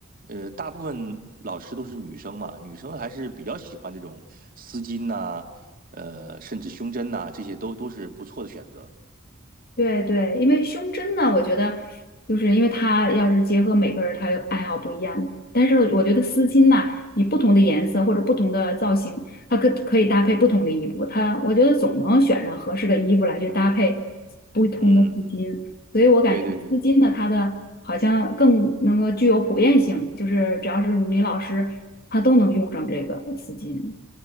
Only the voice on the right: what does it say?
呃，大部分老师都是女生嘛，女生还是比较喜欢这种丝巾呐、呃，甚至胸针呐、这些都都是不错的选择。
嗯，
对对对。